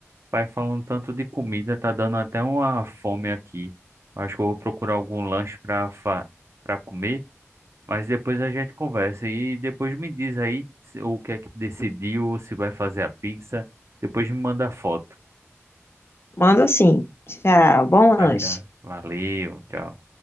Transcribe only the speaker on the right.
Vai falando tanto de comida, tá dando até uma fome aqui. Acho que eu vou procurar algum lanche para para comer, mas depois a gente conversa e depois me diz aí se- o que é que decidiu, se vai fazer a pizza. Depois me manda foto.
Tchau, tchau. Valeu, tchau.